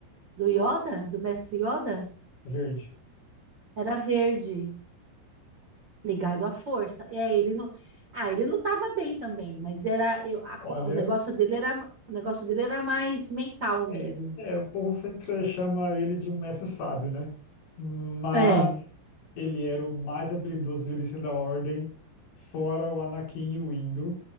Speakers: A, on the right; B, on the left.
A: do Yoda, do mestre Yoda?
B: verde.
A: Era verde, ligado à força. É, ele não. Ah, ele lutava bem também, mas era eu, a co-
B: Olha,
A: o negócio dele era o negócio dele era mais mental mesmo.
B: é, é, o povo sempre chama ele de um mestre sábio, né? Mas
A: É,
B: ele era o mais habilidoso do Ilícia da Ordem, fora o Anakin e o Indo.